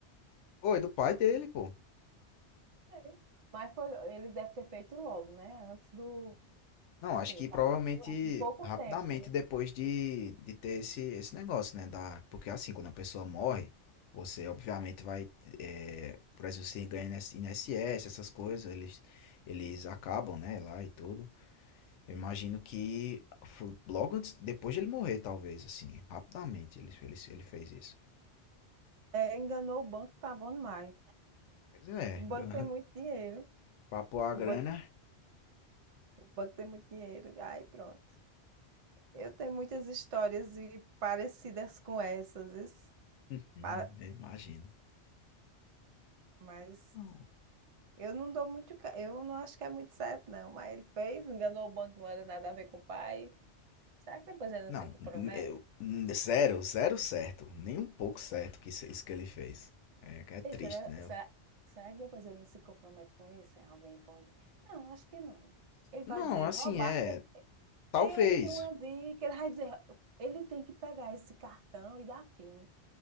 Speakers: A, on the left; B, on the right.
A: Foi do pai dele, pô.
B: É. Mas foi, ele deve ter feito logo, né? Antes do,
A: Não,
B: assim,
A: acho que
B: o pai
A: provavelmente
B: morreu, é com pouco
A: rapidamente
B: tempo, né?
A: depois de, de ter esse, esse negócio, né? Da, porque assim, quando a pessoa morre, você obviamente vai. É, por exemplo, você ganha INSS, essas coisas, eles, eles acabam, né? Lá e tudo. Eu imagino que foi logo antes, depois de ele morrer, talvez, assim, rapidamente ele, ele, ele fez isso.
B: É, enganou o banco, tá bom demais.
A: Pois é,
B: O banco
A: <laughs>
B: tem muito dinheiro.
A: papou a
B: O
A: grana,
B: banco, o banco tem muito dinheiro. Aí pronto. Eu tenho muitas histórias e parecidas com essas, isso.
A: <laughs> uhum,
B: Pa-
A: eu imagino.
B: mas
A: Não,
B: eu não dou muito. ca- Eu não acho que é muito certo, não. Mas ele fez, enganou o banco, não era nada a ver com o pai. Será que depois ele não
A: não,
B: se compromete?
A: eu- zero, zero certo, nem um pouco certo que isso, isso que ele fez. É, que é triste,
B: Ei, será,
A: né?
B: será, será que depois ele não se compromete com isso? Alguém pode? Não, acho que não. Ele
A: Não,
B: vai dizer,
A: assim,
B: roubar.
A: é,
B: é-
A: talvez,
B: Ei, tem uma dica. Ele vai dizer, ele tem que pegar esse cartão e dar fim.